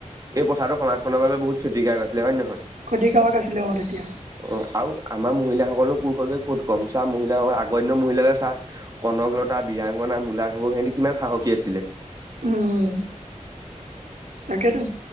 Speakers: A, on the right (about 30°); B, on the right (about 80°).
A: এই প্ৰথাটো সমাজখনৰ বাবে বহু কতিকাৰ আছিলে হয় নহয়
B: ক্ষতিকাৰক আছিলে অ তেতিয়া
A: অ আৰু আমাৰ মহিলাসকলো পুৰুষকে কুত কম চা মহিলাসকল আগৰ মহিলাকে চাহ কনককলতা ব্যাংগনা মূলা ঘাবু খেহ কিমান সাহসী আছিলে
B: উম তাকেতো